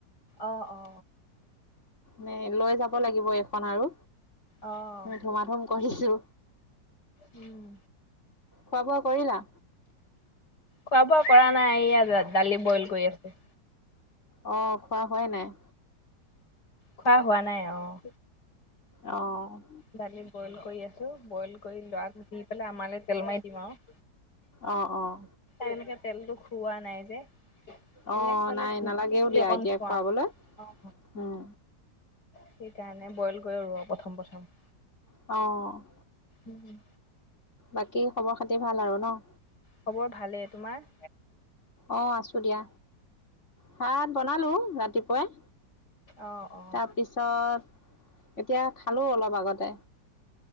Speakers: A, on the left; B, on the left.
A: অ', অ'।
B: নে লৈ যাব লাগিব এইখন আৰু,
A: অঁ
B: ধুম ধুম কৰিছো।
A: উম।
B: খোৱা বোৱা কৰিলা।
A: খোৱা বোৱা কৰা নাই ইয়া দালি বইল কৰি আছে।
B: অ খোৱা হোৱাই নাই।
A: খোৱা হোৱা নাই অ'।
B: অ'।
A: দালি বইল কৰি আছো বইল কৰি লৰাক দি পেলাই আমালৈ তেল মাৰি দিম আৰু।
B: অ অ'।
A: এনেকে তেলতো খুওৱা নাই যে। এনে
B: অ
A: খুৱালে
B: নাই
A: ঘিউ
B: নালাগেও
A: চিউ দি
B: দিয়া
A: অকণ
B: এতিয়া
A: খুৱাও
B: খুৱাবলৈ,
A: অঁ
B: উম।
A: সেইকাৰণে বইল কৰি ৰ প্ৰথম প্ৰথম।
B: অ'।
A: উম।
B: বাকী খবৰ খাতি ভাল আৰু ন?
A: খবৰ ভালেই, তোমাৰ?
B: অ আছো দিয়া, ভাত বনালো ৰাতিপুৱাই।
A: অঁ অঁ
B: তাৰপিছত, এতিয়া খালো অলপ আগতে।